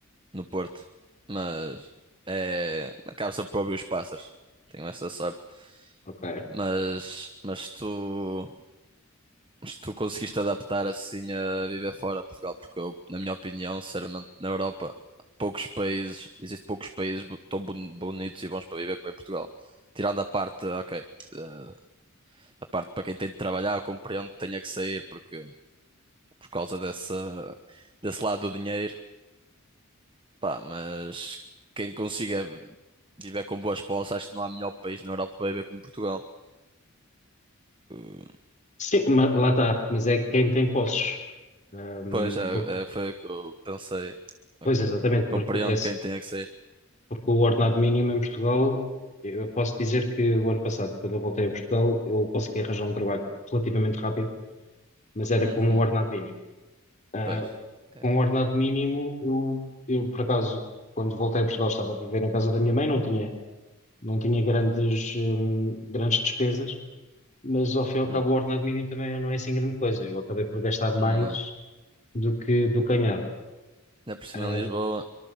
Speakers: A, on the right; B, on the left.
A: no Porto. Mas é. Acaba-se por ouvir os pássaros. Tenho essa sorte.
B: ok.
A: Mas, mas se tu, se tu conseguiste adaptar assim a viver fora de Portugal, porque eu, na minha opinião, sinceramente, na Europa, poucos países, existem poucos países bo- tão boni- bonitos e bons para viver como é Portugal. Tirando a parte, ok. eh, A parte para quem tem de trabalhar, eu compreendo que tenha que sair porque, por causa dessa, desse lado do dinheiro. Pá, mas quem consiga viver com boas posses, acho que não há melhor país na Europa para viver como Portugal. Uh,
B: Sim, ma- lá está, mas é quem tem posses. Ahm,
A: Pois, é,
B: por-
A: é, foi o que eu pensei. Ok.
B: pois exatamente,
A: Compreendo
B: porque, esse,
A: quem tenha que sair.
B: porque o ordenado mínimo em Portugal, eu posso dizer que o ano passado, quando eu voltei a Portugal, eu consegui arranjar um trabalho relativamente rápido, mas era
A: Uhum,
B: com o ordenado mínimo. Ah,
A: pois. É,
B: com o ordenado mínimo, eu, eu por acaso, quando voltei a Portugal, estava a viver em casa da minha mãe, não tinha, não tinha grandes, hum, grandes despesas. mas ao fim e ao cabo
A: hum,
B: o ordenado mínimo também não é assim grande coisa. Eu acabei por gastar mais
A: não.
B: do que do que ganhava.
A: Ainda por cima
B: Ahm,
A: em Lisboa.